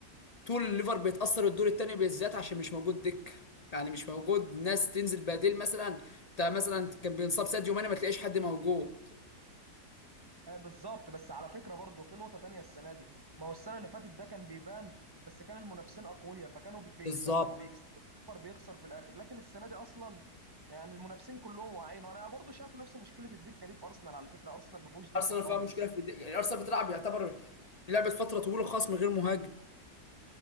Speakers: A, on the left (about 40°); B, on the right (about 25°).
A: طول الليفر بيتاثر الدور الثاني بالذات عشان مش موجود دكه يعني مش موجود ناس تنزل بديل مثلا انت مثلا كان بينصاب ساديو ماني ما تلاقيش حد موجود
B: آه، بالظبط بس على فكرة برضو في نقطة تانية السنة دي ما هو السنة اللي فاتت ده كان بيبان بس كان المنافسين أقوياء فكانوا بي- بيكسبوا
A: بالظبط
B: بيكسبوا السوبر بيخسر في الآخر لكن السنة دي أصلا يعني المنافسين كلهم واعيين وأنا برضو شايف نفس مشكلة الدكة دي في أرسنال على فكرة أرسنال ما فيهوش دكة
A: ارسنال
B: خالص
A: فيها مشكله في الد- يعني ارسنال بتلعب يعتبر لعبت فتره طويله خالص من غير مهاجم